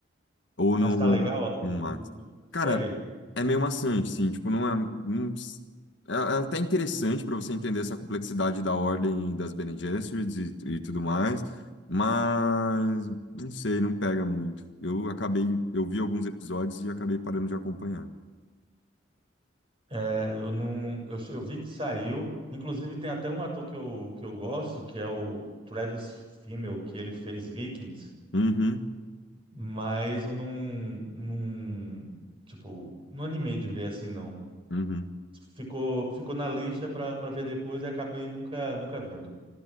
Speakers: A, on the left; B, on the right.
A: Ou
B: Mas
A: no,
B: tá legal a o,
A: no Max.
B: o-
A: Cara,
B: a série?
A: é meio maçante, sim. Tipo, não é. não é, é até interessante para você entender essa complexidade da ordem das Bene Gesserits e, e tudo mais. Mas não sei, não pega muito. Eu acabei, eu vi alguns episódios e acabei parando de acompanhar.
B: É, eu não, eu, che- eu vi que saiu. Inclusive tem até um ator que eu, que eu gosto, que é o Travis Fimmel, que ele fez Vikings.
A: Uhum,
B: Mas eu não, não, tipo, não animei de ver assim, não.
A: uhum.
B: Ficou, ficou na lista pra para ver depois e acabei nunca, nunca vendo.